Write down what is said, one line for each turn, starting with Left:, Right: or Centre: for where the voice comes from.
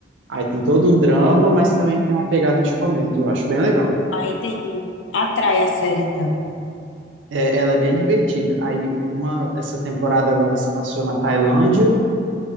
Right: Aí tem todo um drama, mas também tem uma pegada de comédia. Eu acho bem legal.
Left: Ah, entendi. Atrai a série, então.
Right: É, ela é bem divertida. Aí uma essa temporada agora se passou na Tailândia